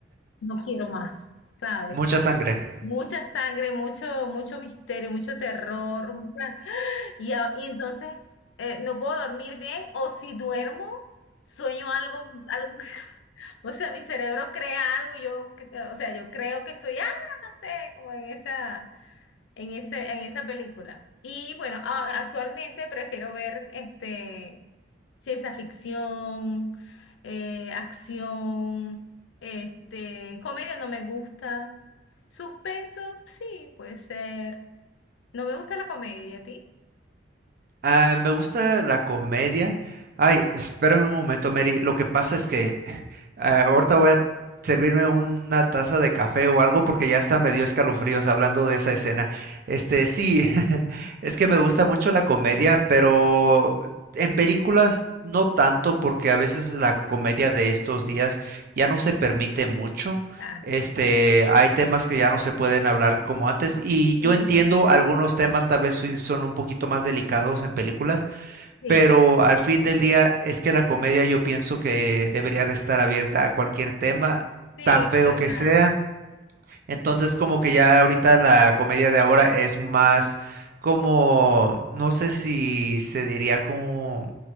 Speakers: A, on the left; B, on the right.
A: No quiero más, ¿sabes?
B: mucha sangre.
A: Mucha sangre, mucho, mucho misterio, mucho terror, mucha. Y, a- y entonces eh, no puedo dormir bien o si duermo, sueño algo, algo, <laughs> o sea, mi cerebro crea algo, yo, que- o sea, yo creo que estoy, ah, no sé, como en esa, en ese, en esa película. Y bueno, a- actualmente prefiero ver este, ciencia ficción, eh, acción, este, comedia no me gusta, suspenso, sí, puede ser. No me gusta la comedia, ¿y a ti?
B: Ah, me gusta la comedia. Ay, espérame un momento, Mary. Lo que pasa es que Ah, ahorita voy a servirme una taza de café o algo porque ya hasta me dio escalofríos hablando de esa escena. Este, sí, <laughs> es que me gusta mucho la comedia, pero en películas no tanto porque a veces la comedia de estos días ya no se permite mucho.
A: Exacto.
B: Este, hay temas que ya no se pueden hablar como antes y
A: Y
B: yo entiendo algunos temas tal vez sí son un poquito más delicados en películas,
A: sí,
B: pero al fin del día es que la comedia yo pienso que debería de estar abierta a cualquier tema,
A: sí,
B: tan
A: es
B: feo
A: verdad.
B: que sea. Entonces como que ya ahorita la comedia de ahora es más como, no sé si se diría como,